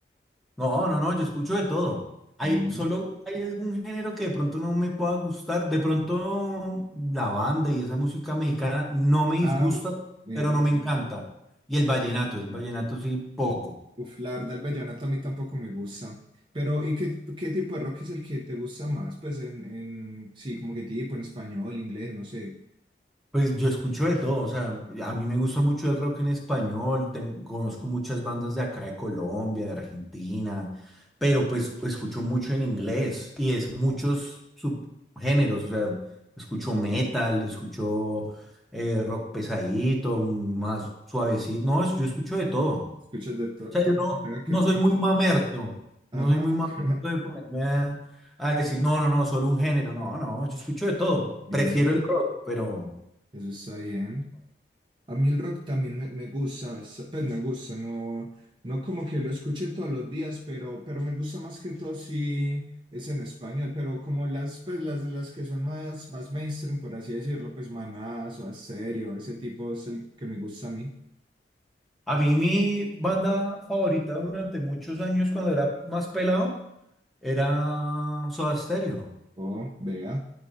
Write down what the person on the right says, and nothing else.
bien.
Ah, mira.
Uf, la verdad, el vallenato a mí tampoco me gusta. Pero, ¿y qué, qué tipo de rock es el que te gusta más? Pues en, en sí, como que tipo en español, inglés, no sé.
Escuchas de to-
todo
lo que tenga que
ver con
rock.
Ajá.
<laughs>
Bien,
eso está bien. A mí el rock también me, me gusta, s- pues me gusta, no, no como que lo escuche todos los días, pero, pero me gusta más que todo si es en español, pero como las, pues las, las que son más, más mainstream, por así decirlo, pues Manás o Asterio, ese tipo es el que me gusta a mí.
Oh, vea,